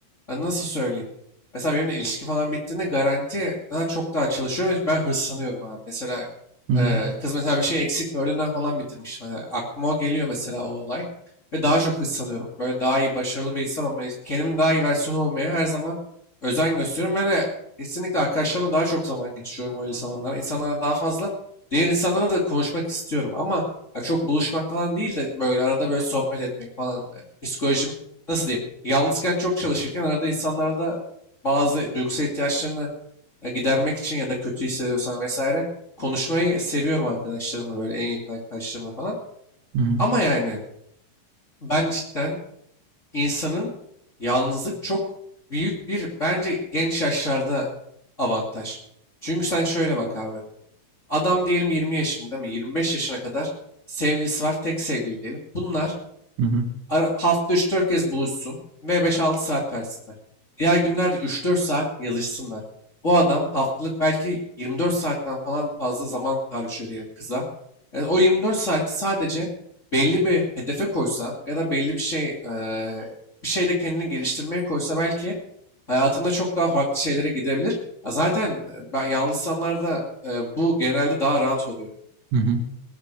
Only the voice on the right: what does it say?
hı,
hı,
hı,
hı, hı.